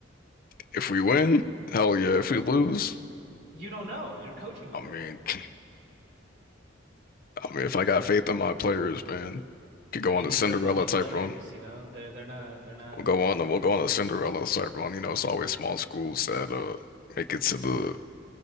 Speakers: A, on the left (about 50°); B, on the right (about 65°).
A: if we win, hell yeah. If we lose,
B: You don't know. You're coaching the
A: I
B: program.
A: mean, <laughs> I mean, if I got faith in my players, man, could go
B: I mean,
A: on a
B: these
A: Cinderella
B: are public
A: type
B: players,
A: run.
B: you know. They're they're not they're not
A: We'll go on, we'll go on a Cinderella type run. You know, it's always small schools that uh make it to the